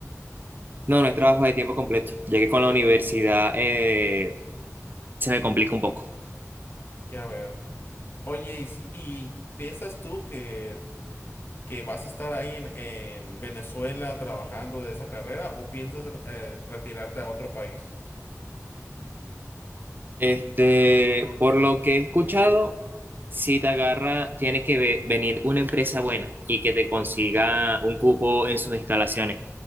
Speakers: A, on the right; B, on the left.
A: No, no es trabajo de tiempo completo, ya que con la universidad eh, se me complica un poco.
B: Ya veo. Oye, ¿y, si- y piensas tú que, que vas a estar ahí en, en Venezuela trabajando de esa carrera o piensas eh, retirarte a otro país?
A: Este, por lo que he escuchado, si te agarra, tiene que ve- venir una empresa buena y que te consiga un cupo en sus instalaciones.